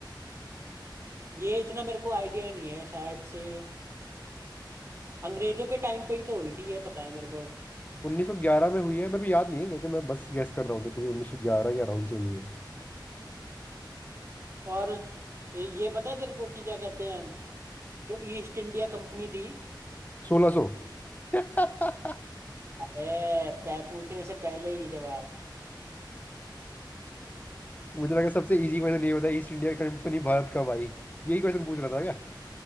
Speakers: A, on the right; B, on the left.
A: ये इतना मेरे को आइडिया नहीं है शायद से अंग्रेजों के टाइम पे ही तो हुई थी ये पता है मेरे को
B: 1911 में हुई है मेरे को याद नहीं है क्योंकि मैं बस गैस कर रहा हूँ क्योंकि 1911 के अराउंड चेंज हुई है
A: और ये ये पता है तेरे को कि क्या कहते हैं जो ईस्ट इंडिया कंपनी थी
B: 1600 <laughs>
A: अरे पै, पूछने से पहले ही जवाब
B: मुझे लगा सबसे इजी क्वेश्चन ये होता है ईस्ट इंडिया कंपनी भारत कब आई यही क्वेश्चन पूछ रहा था क्या